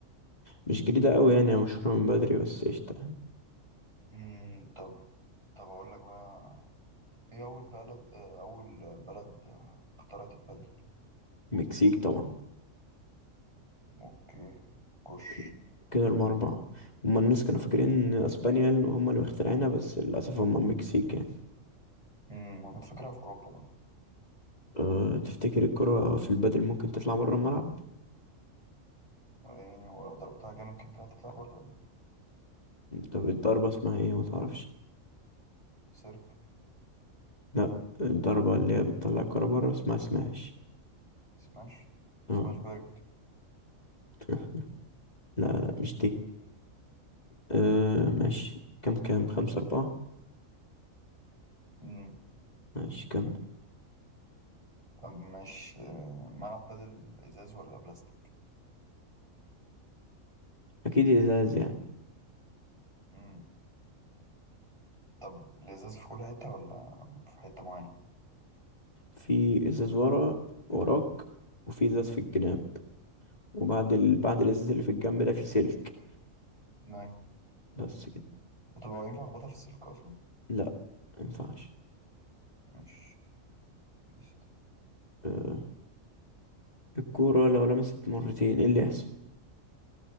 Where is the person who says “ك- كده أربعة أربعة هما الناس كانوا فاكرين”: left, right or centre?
Left